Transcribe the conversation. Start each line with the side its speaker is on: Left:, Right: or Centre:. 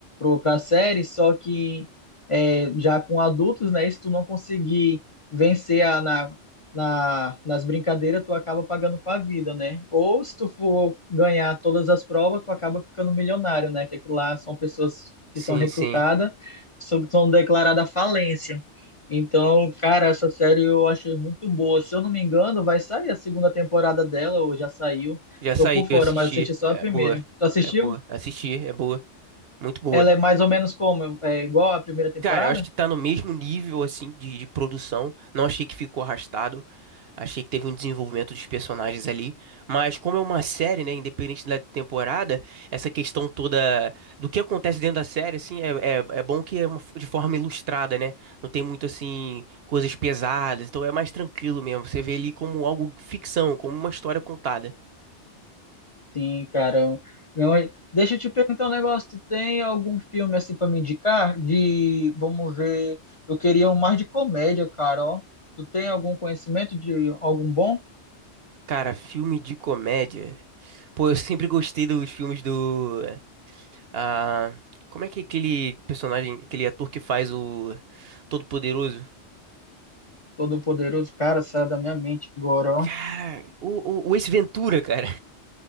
Left: para a série, só que é, já com adultos, né? Se tu não conseguir vencer a, na, na, nas brincadeiras, tu acaba pagando com a vida, né? Ou se tu for ganhar todas as provas, tu acaba ficando milionário, né? Que aquilo lá são pessoas
Right: Sim,
Left: que são recrutadas,
Right: sim.
Left: são, são declaradas falência. Então, cara, essa série eu achei muito boa. Se eu não me engano, vai sair a segunda temporada dela, ou já saiu.
Right: Já
Left: Tô
Right: saiu,
Left: por fora,
Right: eu assisti.
Left: mas assisti só
Right: É
Left: a primeira.
Right: boa,
Left: Tu assistiu?
Right: é boa. Assisti, é boa. Muito boa.
Left: Ela é mais ou menos como? É igual à primeira temporada?
Right: Cara, eu acho que tá no mesmo nível, assim, de, de produção. Não achei que ficou arrastado. Achei que teve um desenvolvimento dos personagens ali. Mas como é uma série, né, independente da temporada, essa questão toda do que acontece dentro da série, assim, é, é, é bom que é uma f- de forma ilustrada, né? Não tem muito, assim, coisas pesadas. Então é mais tranquilo mesmo. Você vê ali como algo ficção, como uma história contada.
Left: Sim, cara. eu- Meu, deixa eu te perguntar um negócio. Tu tem algum filme assim pra me indicar? De, vamos ver. Eu queria um mais de comédia, cara, ó. Tu tem algum conhecimento de algum bom?
Right: Cara, filme de comédia. Pô, eu sempre gostei dos filmes do Ah, como é que é aquele personagem, aquele ator que faz o Todo-Poderoso?
Left: Todo-Poderoso, cara, sai da minha mente agora, ó.
Right: Cara, o, o, o Ace Ventura, cara.